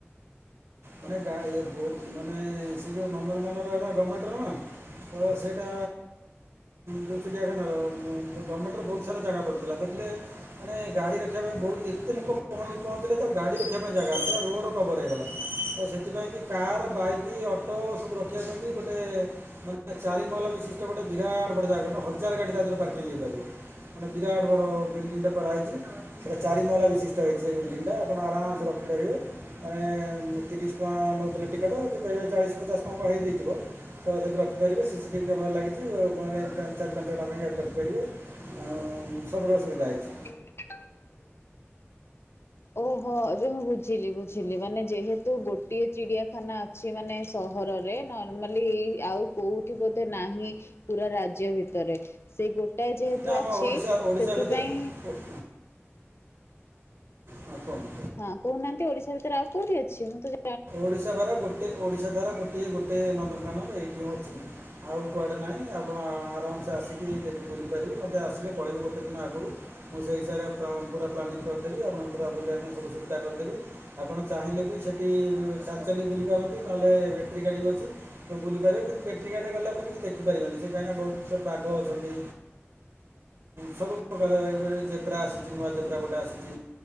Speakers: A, on the right; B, on the left.
A: ମାନେ <unintelligible> ମାନେ ସେ ଯଉ ନନ୍ଦନକାନନ ଗମେଣ୍ଟର ନା? ତ ସେଇଟା ଯୋଉ ଚିଡିଆଖାନାର ଗମେଣ୍ଟର ବହୁତ ସାରା ଜାଗା ପଡିଥିଲା ମାନେ ମାନେ ଗାଡି ରଖିବା ପାଇଁ ବହୁତ ଏତେ ଲୋକ ପହଞ୍ଚିଲେ ତ ଗାଡି ରଖିବା ପାଇଁ ଜାଗା ନାହିଁ। ପୁରା ରୋଡ କଭର ହେଇଗଲା ଆଉ ସେଥିପାଇଁକି କାର୍, ବାଇକ୍, ଅଟୋ ସବୁ ରଖିବା ପାଇଁକି ଗୋଟେ ମାନେ ଚାରିମହଲ ବିଶି ଗୋଟେ ବିରାଟ ବଡ ଜାଗା ମାନେ ହଜାର ଗାଡି ତା ଦେହରେ ପାର୍କିଂ ହେଇପାରିବ। ଗୋଟେ ବିରାଟ ବଡ ବିଲ୍ଡିଙ୍ଗଟେ କରାହେଇଛି ସେଟା ଚାରିମହଲା ବିଶିଷ୍ଟ ହେଇଛି ସେ ବିଲଡିଙ୍ଗ ଟା ଆପଣ ଆରାମସ ରଖ କରିବେ <inaudible> ମାନେ ତିରିଶ ଟଙ୍କା ନେଉଥିଲେ ଟିକେଟ କେତେ ଚାଳିଶ ପଚାଶ ଟଙ୍କା ହେଇ ଯାଇଥିବ ତ ସେଇଠି ରଖିପାରିବେ ସିସିଟିଭି କ୍ୟାମେରା ଲାଗିଛି <unintelligible> ମାନେ ଚାରି, ପାଞ୍ଚଟା ପାଇଁ ଗାଡି ରଖିପାରିବେ ଆଉ ସବୁର ସୁବିଧା ହେଇଛି
B: <inaudible> ଓହୋ ଏବେ ମୁଁ ବୁଝିଲି ବୁଝିଲି ମାନେ ଯେହେତୁ ଗୋଟିଏ ଚିଡିଆଖାନା ଅଛି, ମାନେ ସହର <unintelligible> ନର୍ମାଲି ଏଇ ଆଉ କୋଉଠି ବୋଧେ ନାହିଁ ପୁରା ରାଜ୍ୟ ଭିତରେ ସେ ଗୋ <unintelligible> ଏ ଯେହେତୁ
A: ନା ଆମ
B: ଅଛି
A: ଓଡ଼ିଶା ଓଡ଼ିଶା
B: ସେଥିପାଇଁ
A: ଭିତରେ ଓ- ହଁ କୁହ?
B: ହଁ କହୁନାହାନ୍ତି ଓଡିଶା ଭିତରେ ଆଉ କୋଉଠି ଅଛି? ମୁଁ ତ ଜା
A: ଓଡିଶା ଘର ଗୋଟେ ଓଡିଶା ଦାରା ଗୋଟିଏ ଗୋଟେ ନନ୍ଦନକାନନ ଏଇଠି ଅଛି ଆଉ କୁଆଡେ ନାହିଁ ଆପଣ ଆରାମସେ ଆସିକି ବୁଲିପାରିବି ମୋତେ ଆସେ କହିବ ଗୋେ ଦିନ ଆଗରୁ ମୁଁ ସେ ହିସରେ ପୁରା ପ୍ଲାନିଂ କରିଦେବି ଆପଣଙ୍କୁ ପୁରା ବୁଲିବା ପାଇଁ ସବୁ ସୁବିଧା କରିଦେବି ଆପଣ ଚାହିଁଲେ ବି ସେଠି ଚାଲି ଚାଲଲି ବୁ ପାରନ୍ତି ନହେଲେ ବଟେୀ ଗାଡ଼ି ବସି ବୁଲି ପାରିବେ କିନ୍ତୁ ବଟେୀ ଗାଡ଼ିଟା ଗଲା ପରେ କି ଦେଖିପାରିବେ ସେ କାହିଁକିନା ବହୁତ ବାଘ ଅଛନ୍ତି ସବୁକାର୍ରା ଆଛି ନୂ ଜେବ୍ର ଗୋଟେ ଆସିଛି